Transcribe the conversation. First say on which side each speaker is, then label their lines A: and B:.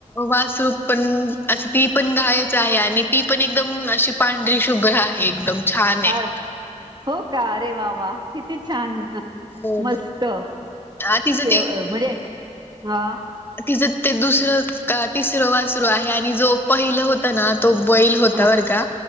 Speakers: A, on the left; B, on the right.
A: वासरू. पणं असं ती पणं हाय आणि ती पण एकदम अशी पांढरी शुभ्र आहे, एकदमं. छान! हाय!
B: अ हो कारे वाअ वाअ किती? छान!
A: हो.
B: मस्तं!
A: अ तिचं
B: केव
A: ते
B: म्हणजे हाअ.
A: तिचं ते दुसरं, का तिसरं वासरू आहे. आणि जो पहिलं होतं नां तो बैल होता
B: हा
A: बरका